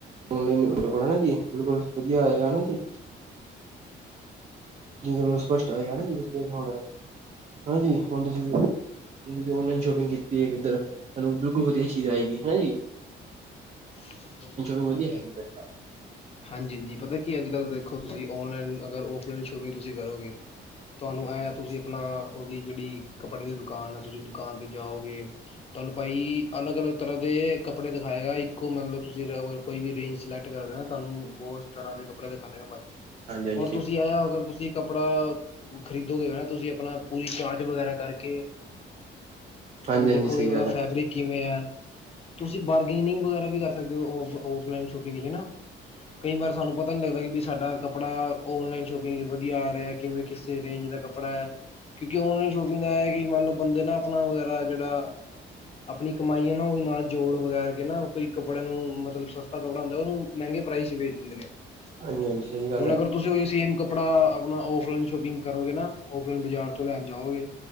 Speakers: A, on the right; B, on the left.
A: ਆਨਲਾਨ ਕੋਲ ਹੈਾ ਜੀ ਬਿਲਕੁਲ ਵਧੀਆ ਹੋਏਗਾ ਹਨਾ ਜੀ। ਜਿਹਦੇ ਕੋਲ ਸਪਸ਼ਟ ਆਏਗਾ ਨਾ ਜ ਹ <inaudible> ਹਾਂਜੀੀ ਹੁਣਦੇ ਸੀ ਵੀ। ਔਨਲਾਈਨ ਸ਼ੋਪਿੰਗ ਕੀਤੀ ਹੈ ਕਿੱਧਰ ਤੁਹਾਨੂੰ ਬਿਲਕੁਲ ਵਧੀਆ ਚੀਜ਼ ਆਏਗੀ ਹਨਾ ਜੀ।
B: <unintelligible>
A: <inaudible>
B: ਹਾਂਜੀ -ਹਾਂਜੀ ਪਤਾ ਕੀ ਅੱਜ ਕੱਲ ਦੇਖੋ ਤੁਸੀਂ ਆਨਲਾਈਨ ਅਗਰ ਆਫਲਾਈਨ ਸ਼ੋਪਿੰਗ ਤੁਸੀਂ ਕਰੋਗੇ? ਤੁਹਾਨੂੰ ਐਂ ਆ
A: ਨਾਲ
B: ਤੁਸੀਂ ਆਪਣਾ ਉਹਦੀ ਜਿਹੜੀ, ਕੱਪੜੇ ਦੀ ਦੁਕਾਨ ਹੈ ਤੁਸੀਂ ਦੁਕਾਨ ਤੇ ਜਾਓਗੇ ਤੁਹਾਨੂੰ ਭਾਈ ਅਲੱਗ- ਅਲੱਗ ਤਰ੍ਹਾਂ ਦੇ ਕੱਪੜੇ ਦਿਖਾਏਗਾ ਇੱਕੋ ਮਤਲਬ ਤੁਸੀਂ ਕੋਈ ਵੀ ਰੇਂਜ ਸਿਲੈਕਟ ਕਰਦੇ ਤੁਹਾਨੂੰ। ਬਹੁਤ ਤਰ੍ਹਾਂ ਦੇ ਕੱਪੜੇ ਦਿਖਾ ਦੇ ਹੋ ਭਾਈ ਜ
A: ਹਾਂਜੀ ਹਾਂਜੀ
B: ਔਰ
A: ਸਹੀ
B: ਤੁਸੀਂ ਆਇਆ ਅਗਰ ਤੁਸੀਂ ਕੱਪੜਾ, ਖਰੀਦੋਗੇ ਨਾ ਤੁਸੀਂ ਆਪਣਾ ਪੂਰੀ ਚਾਰਜ ਵਗੈਰਾ ਕਰਕੇ,
A: ਹਾਂਜੀ
B: ਹੁਣ ਦੇਖੋ
A: ਹਾਂਜੀ ਸਹੀ
B: ਜੀ, ਔਦਾ
A: ਗੱਲ ਹੈ
B: ਫੈਬਰਿਕ ਕਿਵੇਂ ਐ? ਤੁਸੀਂ ਬਾਰਗੇਨਿੰਗ ਵਗੈਰਾ ਵੀ ਕਰ ਸਕਦੇ ਔ ਔਫ ਔਫ ਲਾਇਨ ਸ਼ੋਪਿੰਗ ਚ ਹਨਾ। ਕਈ ਵਾਰ ਥੁਹਾਨੂੰ ਪਤਾ ਨੀ ਲੱਗਦਾ ਬਈ ਸਾਡਾ ਕੱਪੜਾ ਔਨਲਾਈਨ ਸ਼ੋਪਿੰਗ ਚ ਵਧੀਆ ਆ ਰਿਐ, ਕਿਵੇਂ ਕਿਸੇ ਰੇਂਜ ਦਾ ਕੱਪੜਾ ਐ‌। ਕਿਉਂਕਿ, ਔਨਲਾਈਨ ਸ਼ੋਪਿੰਗ ਦਾ ਐਹੈ ਕਿ ਮਾਨ ਲੋ ਬੰਦੇ ਦਾ ਅਪਣਾ ਵਗੈਰਾ ਜੇੜਾ ਅਪਣੀ ਕਮਾਈ ਹੈ ਨਾ ਓਹ ਵੀ ਨਾਲ ਜੋੜ ਵਗੈਰ ਕੇ ਨਾ ਕੋਈ ਕੱਪੜੇ ਨੂੰ ਮਤਲਬ ਸਸਤਾ ਕੱਪੜਾ ਹੁੰਦੈ ਔਨੂੰ ਮੈੰਗੇ ਪ੍ਰਾਈਜ ਚ ਵੇਚ ਦਿੰਦੇ ਨੇ।
A: ਹਾਂਜੀ ਹਾਂਜੀ ਸਹੀ ਗੱਲ
B: ਹੁਣ,
A: ਹੈ
B: ਅਗਰ
A: ਹਾਂਜੀ
B: ਤੁਸੀਂ ਔਈਔ ਸੇਮ ਕੱਪੜਾ ਅਪਣਾ ਔਫਲਾਈਨ ਸ਼ੋਪਿੰਗ ਕਰੋਗੇ ਨਾ ਔਫਲਾਈਨ ਬਜ਼ਾਰ ਤੋਂ ਲੈਣ ਜਾਓਗੇ,